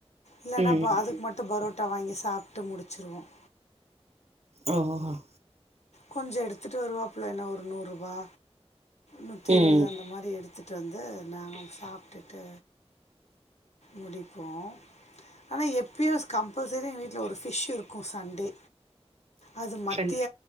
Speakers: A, on the left; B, on the right.
A: இல்லன்னா
B: ம்
A: பா அதுக்கு மட்டும் பரோட்ட டா வாங்கி சாப்பிட்டு முடி வச்சுருவோம்
B: உஹுன்
A: கொஞ்சம் எடுத்துட்டு வருவாப்புல என்ன ஒரு நூறு ரூபா நுத்தி
B: ம்
A: இருவது அந்த மாரி எடுத்துட்டு வந்து நாங்க சாப்ட்டு டு முடிப்போம் ஆனா எப்பயும் கம்பல்சரி எங்க வீட்டில் ஒரு ஃபிஷ் இருக்கும் சண்டே அது மத்திய
B: கண்